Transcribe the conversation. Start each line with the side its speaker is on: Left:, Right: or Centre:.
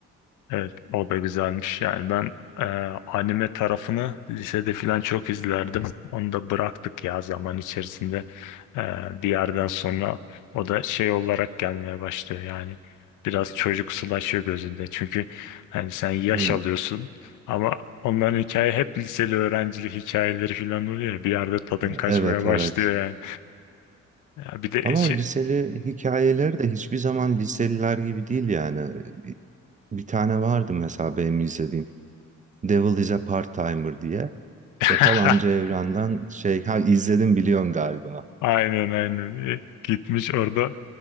Left: Evet, o da güzelmiş. Yani ben e, anime tarafını lisede falan çok izlerdim. Onu da bıraktık ya zaman içerisinde. E, bir yerden sonra o da şey olarak gelmeye başlıyor. Yani biraz çocuksulaşıyor gözünde. Çünkü hani sen yaş
Right: Hmm.
Left: alıyorsun ama onların hikaye hep liseli öğrencilik hikayeleri falan oluyor ya. Bir yerde tadın
Right: Ya,
Left: kaçmaya
Right: evet
Left: başlıyor
Right: evet.
Left: yani. Ya bir de
Right: Ama
Left: şey
Right: o liseli hikayeleri de hiçbir zaman liseliler gibi değil yani. Bir tane vardı mesela benim izlediğim. Devil is a Part-Timer diye.
Left: <laughs>
Right: İşte falanca evrenden şey ha izledim biliyorsun galiba.
Left: Aynen aynen. E, Gitmiş orada